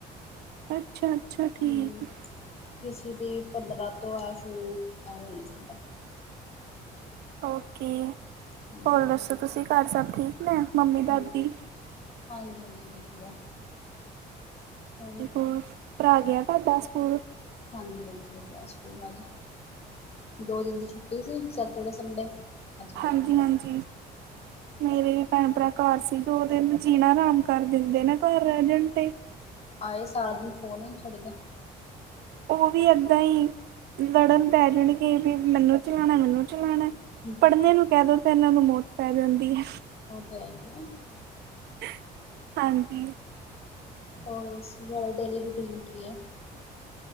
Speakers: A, on the right; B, on the left.
A: ਅੱਛਾ- ਅੱਛਾ ਠੀਕ
B: ਹਮ
A: ਅ।
B: ਕਿਸੇ ਦੀ ਪੰਦਰਾਂ ਤੋਂ ਐ ਸ਼ੁਊ, ਐਵੇਈ ਅ ਜੰਦੈ।
A: ਓਕੇ,
B: ਹਾਂਜੀ
A: ਹੋਰ ਦੱਸੋ ਤੁਸੀ ਘਰ ਸਭ ਠੀਕ ਨੇ? ਮੰਮੀ ਦਾਦੀ
B: ਹਾਂਜੀ, ਹਾਂਜੀ- ਹਾਂਜੀ ਵਧੀਆ। ਹੋਰ
A: ਔਰ, ਭਰਾ ਗਿਆ ਤਾਢਾ ਸਕੂਲ?
B: ਹਾਂਜੀ- ਹਾਂਜੀ ਓ ਗਿਆ ਸਕੂਲ ਅੱਜ, ਦੋ ਦਿਨ ਦੀ ਛੁੱਟੀ ਸੀ। Saturday- Sunday. ਅੱਜ ਗਏ
A: ਹਾਂਜੀ
B: ਨੇ
A: -ਹਾਂਜੀ। ਮੇਰੇ ਭੈਣ- ਭਰਾ ਘਰ ਸੀ, ਦੋ ਦਿਨ ਜੀਨਾ ਹਰਾਮ ਕਰ ਦਿੰਦੇ ਨੇ, ਘਰ ਰੈਅਜਣ ਤੇ।
B: ਆਏ ਸਾਰਾ ਦਿਨ, ਫੋਨ ਈ ਨੀਂ ਛਡਦੇ।
A: ਓਵੀ ਐਦਾਂਈਂ ਲੜਨ ਪੈ ਜਾਣਗੇ ਵੀ, ਮੈਨੂੰ ਚਲਾਣੈ, ਮੈਨੂੰ ਚਲਾਣੈ।
B: ਹੂੰਅ। <unintelligible>
A: ਪੜ੍ਹਨੇ ਨੂੰ ਕੈਦੋ ਤਾ, ਐਨਾਂ ਨੂੰ ਮੋਤ ਪੈ ਜਾਂਦੀ ਐ।
B: ਓ ਤੇ ਐਈ ਐ।
A: ਅਹ ਹਾਂਜੀ। <unintelligible>
B: ਹੋਰ, ਦੱਸੋ ਤੁਹਾਡਾ‌ ਡੇਲੀ - ਰੂਟੀਨ ਕੀ ਐ?